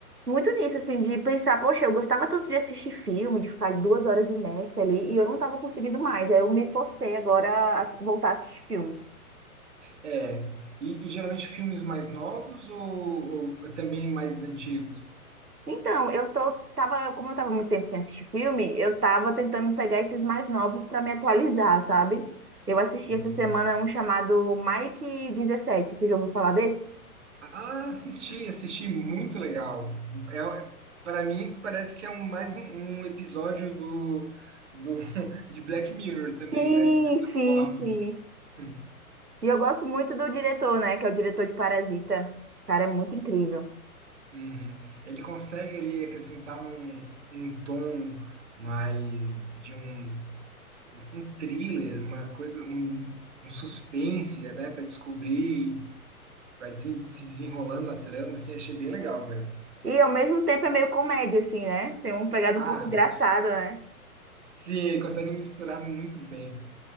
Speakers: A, on the right (about 80°); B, on the right (about 50°).
A: muito nisso, assim, de pensar, poxa, eu gostava tanto de assistir filme, de ficar duas horas imersa ali, e eu não estava conseguindo mais. Aí eu me forcei agora a ass- voltar a assistir filme.
B: É, e, e geralmente filmes mais novos ou, ou também mais antigos?
A: Então, eu tô, tava, como eu tava muito tempo sem assistir filme, eu tava tentando pegar esses mais novos para me atualizar, sabe? Eu assisti
B: Uhum.
A: essa semana um chamado Mike dezessete você já ouviu falar desse?
B: Ah, assisti, assisti, muito legal. É, para mim parece que é um, mais um, um episódio do, do <laughs> de Black Mirror também,
A: Sim,
B: né? De certa
A: sim,
B: forma.
A: sim.
B: <laughs>
A: E eu gosto muito do diretor, né, que é o diretor de Parasita. Cara, é muito incrível.
B: Uhum. Ele consegue ali acrescentar um, um tom mais de um, um thriller, uma coisa, um, um suspense, né? Para descobrir, para se desenrolando a trama, assim, achei bem legal mesmo.
A: E ao mesmo tempo é meio comédia, assim, né? Tem uma pegada
B: Ah,
A: um pouco engraçada, né?
B: sim, ele consegue misturar muito bem.